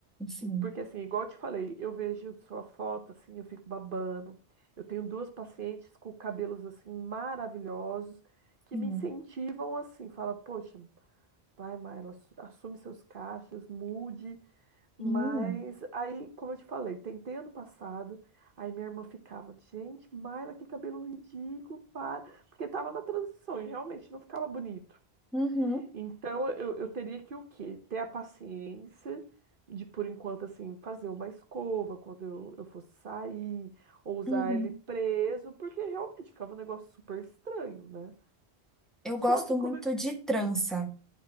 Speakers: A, in the centre; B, on the right (about 55°).
A: Sim,
B: Porque assim, igual eu te falei, eu vejo sua foto assim, eu fico babando. Eu tenho duas pacientes com cabelos assim maravilhosos que
A: sim,
B: me incentivam assim, fala: "Poxa, vai, Marla, assu- assume seus cachos, mude".
A: sim.
B: Mas aí, como eu te falei, tentei ano passado, aí minha irmã ficava: "Gente, Marla, que cabelo ridículo, para". Porque tava na transição e realmente não ficava bonito.
A: Uhum,
B: Então, eu, eu teria que o quê? Ter a paciência de, por enquanto, assim, fazer uma escova quando eu, eu fosse sair, ou usar
A: uhum.
B: ele preso, porque realmente ficava um negócio super estranho, né?
A: Eu gosto
B: Só que
A: muito
B: como... é-
A: de trança